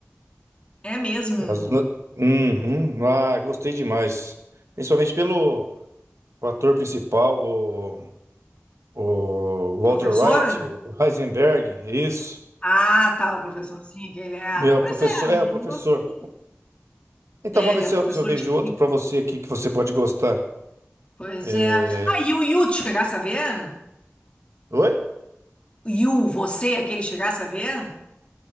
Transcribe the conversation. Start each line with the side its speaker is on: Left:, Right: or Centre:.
Left: É mesmo?
Right: As Uhum. Ah, gostei demais. Principalmente
Left: Hum,
Right: pelo o ator principal, o O Walter
Left: Professor?
Right: White, o Heisenberg, é isso.
Left: Ah, tá, o professorzinho que ele é.
Right: E, ó,
Left: Pois
Right: o professor,
Left: é, eu
Right: é, o
Left: não
Right: professor.
Left: gostei.
Right: Então
Left: É,
Right: vamos
Left: ele
Right: ver
Left: é
Right: se
Left: professor
Right: eu, se eu vejo
Left: de
Right: outro
Left: química.
Right: para você aqui que você pode gostar.
Left: Pois
Right: É,
Left: é. Ah, e o Yu, tu chegasse a ver?
Right: Oi?
Left: O Yu, você, aquele chegasse a ver?